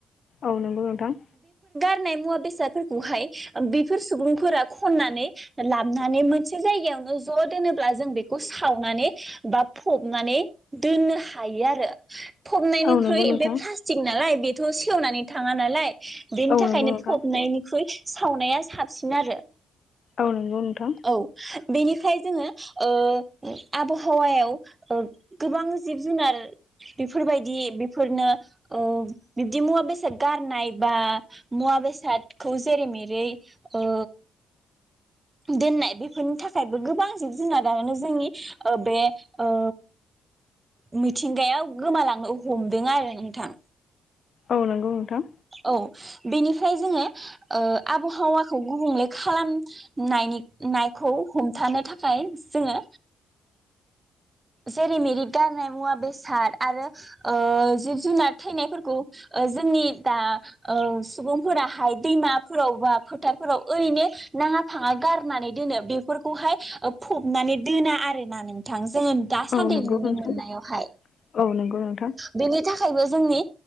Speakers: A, on the left (about 55°); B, on the right (about 25°).
A: औ नंगौ नोंथां।
B: नाय मुवा बेसादफोरखौहाय ओ बेफोर सुबुंफोरा खननानै लाबनानै मोनसे जायगायावनो ज दोनोब्ला जों बेखौ सावनानै बा फबनानै दोननो हायो आरो। फबनायनिख्रुइ
A: औ नंगौ नोंथां
B: बे प्लास्टिक नालाय बे थ से खेवनानै थाङा नालाय बेनि
A: औ
B: थाखायनो
A: नंगौ नोंथां
B: फबनायनिख्रुइ सावनाया साबसिन आरो।
A: औ नंगौ नोंथां।
B: औ बेनिफ्राय जोङो ओ आबहावायाव ओ गोबां जिब जुनार बेफोरबायदि बेफोरनो ओब बिब दि मुवा बेसाद गारनाय बा मुवा बेसादखौ जेरै मेरै ओ दोननाय बेफोरनि थाखायबो गोबां जिब जुनारानो जोंनि ओ बे ओ मिथिंगायाव गोमालांनो हमदों आरो नोंथां।
A: औ नंगौ नोंथां।
B: औ बेनिफ्राय जोङो ओ आबहावाखौ गुबुंले खालामनायनि नायखौ हमथानो थाखाय जोङो जेरै मेरि गारनाय मुवा बेसाद आरो ओ जिब जुनार थैनायफोरखौ ओ जोंनि दा ओ सुबुंफोराहाय दैमाफोराव बा फोथारफोराव ओरैनो नाङा फाङा गारनानै दोनो बेफोरखौहाय फबनानै दोना आरो ना नोंथां। जोङो दासान्दि
A: औ नंगौ
B: नुनो
A: नोंथां
B: मोननायावहाय।
A: औ नंगौ नोंथां
B: बेनि थाखायबो जोंनि